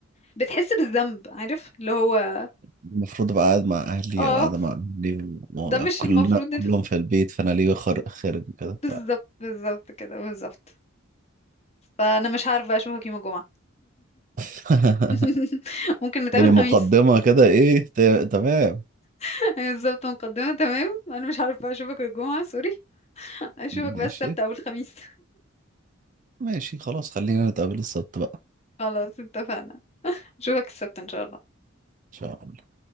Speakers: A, on the left (about 30°); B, on the right (about 40°).
A: بتحس بالذنب عارف اللي هو
B: المفروض ابقى قاعد مع اهلي
A: اه
B: او قاعده مع اهلي وكلنا
A: ده مش المفروض
B: كلهم
A: ان
B: في البيت فانا ليه خارج خارج وكده
A: <laughs> بالظبط بالظبط كده بالظبط فانا مش عارفه اشوفك يوم الجمعه
B: <laughs>
A: <laughs> ممكن نتقابل
B: يعني
A: خميس
B: مقدمه كده ايه ت- تمام
A: <laughs> بالظبط مقدمه تمام انا مش عارفه اشوفك الجمعه سوري اشوفك
B: ماشي
A: بس السبت او الخميس
B: ماشي خلاص خلينا نتقابل السبت بقى
A: <laughs> خلاص اتفقنا اشوفك السبت ان شاء الله
B: ان شاء الله